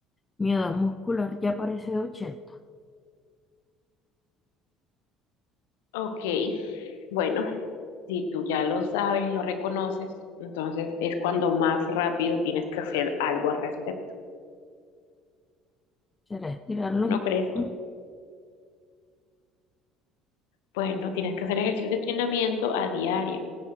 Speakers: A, on the left; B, on the left.
A: mi edad muscular ya parece de ochenta
B: Ok, bueno, si tú ya lo sabes, lo reconoces, entonces es cuando más rápido tienes que hacer algo al respecto.
A: ¿Será estirar los
B: ¿No
A: músculos?
B: crees tú? Bueno, tienes que hacer ejercicios de entrenamiento a diario.